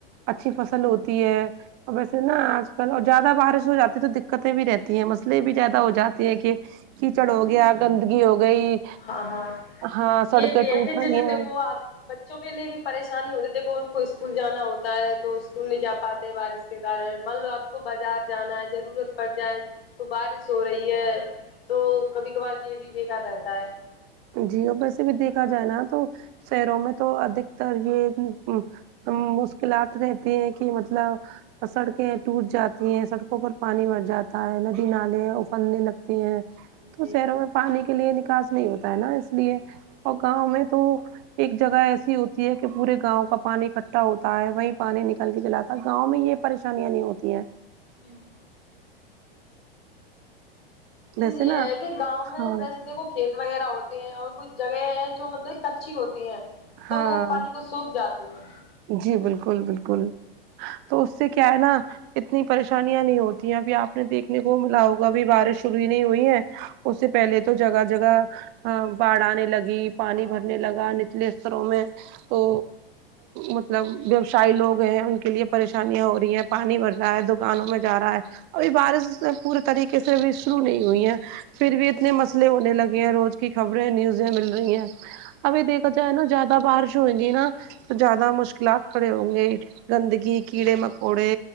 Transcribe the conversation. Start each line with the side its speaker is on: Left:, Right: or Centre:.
Right: اچھی فصل ہوتی ہے اور ویسے نا آج کل اور زیادہ بارش ہو جات تو دقتیں بھی رہتی ہیں مسلے یہ بھی زیادہ ہو جاتی ہیں کہ کیچڑ ہو
Left: جی
Right: گیا گندگی ہو گئی
Left: ہاں ہاں
Right: ہاں سڑکیں
Left: یہ بھی ہے
Right: ٹوٹ
Left: کہ
Right: رہی
Left: جیسے دیکھو
Right: ہیں
Left: آپ بچوں کے لیے بھی پریشانی ہوتی ہے کہ ان کو اسکول جانا ہوتا ہے تو اسکول نہیں جا پاتے بارش سے کے کن مان لو آپ کو بازار جانا ہے ضرورت پڑ جائے تو بارش ہو رہی ہے تو کبھی کبھار یہ بھی بیکار رہتا ہے
Right: جی ویسے سے بھی دیکھا جائے نا تو شہروں میں تو ادھکتر یہ مو مشکلات رہتی ہیں کہ مطلب سڑکیں ٹوٹ جاتی ہیں سڑکوں پر پانی بھر جاتا ہے ندی نالے ابلنے لگتے ہیں تو
Left: جی
Right: شہروں میں پانی کے لیے نکاس نہیں ہوتا ہے نا اس لیے
Left: جی
Right: اور گاؤں میں تو ایک جگہ ایسی ہوتی ہے کہ پورے گاؤں کا پانی اکٹھا ہوتا ہے وہیں پانی نکال کے چلاتا ہے گاؤں میں یہ پریشانیاں نہیں ہوتی ہیں
Left: جی ہوں چیز
Right: ویسے
Left: یہ
Right: نا
Left: ہے کہ گاؤں میں
Right: ہاں
Left: ویسے دیکھو کھیت وغیرہ ہوتے ہیں اور کوئی جگہ ہے جو مطلب کچی ہوتی ہے تو
Right: ہاں
Left: وہ پانی کو سوکھ جاتی ہیں
Right: جی بالکل بالکل تو اس سے کیا ہے نا اتنی پریشانیاں نہیں ہوتی ہیں ابھی آپ نے دیکھنے کو ملا ہوگا اب بارش شروع ہی نہیں ہوئی ہے اس سے پہلے تو جگہ جگہ ہ باڑھ آنے لگی پانی بھرنے لگا نچلے استروں میں تو مطلب ویوسائے لوگ ہیں ان کے لیے پریشانیاں ہو رہی ہیں پانی بھر رہا ہے دکانوں میں جا رہا ہے ابھی بارش پورے طریقے سے ابہی شروع نہیں ہوئی ہے پھر بھی اتنے مسئلے ہونے لگے ہیں روز کی خبریں نیوزیں مل رہی ہیں ابھی دیکھا جائے نا زیادہ بارش ہوئے گی نا تو زیادہ مشکلات کھڑے ہوں گے گندگی کیڑے
Left: جی
Right: مکوڑے